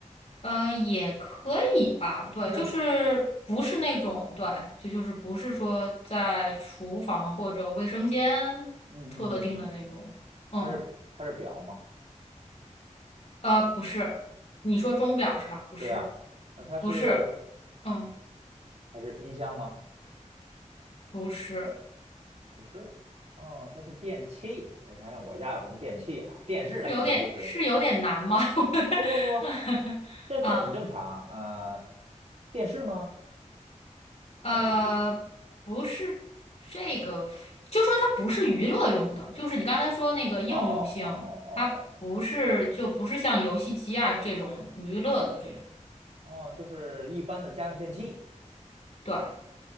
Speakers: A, on the left; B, on the right.
A: 呃，也可以吧，对，
B: 它是，
A: 就是不是那种，
B: 嗯
A: 对，就就是不是说在厨房或者卫生间特定的那种，
B: 嗯嗯嗯，
A: 嗯，
B: 它是它是表吗？
A: 呃，不是，你说钟表是吧？不是，
B: 对啊，那它是
A: 不是。嗯。
B: 它是音箱吗？
A: 不是，
B: 不是，哦，它是电器。我想想，我家有什么电器啊？电视那肯定不是，
A: 是有点是有点难吗？<laughs>
B: 不不不，这这很正常啊，
A: 啊
B: 呃电视吗？
A: 呃，
B: 啊，不对，
A: 不是这个，就说它不是娱乐用的，就是你刚才说那个应用性，
B: 哦哦哦
A: 它不是就不是像游戏机啊这种娱乐的这种，
B: 哦哦哦，哦，就是一般的家用电器。
A: 对，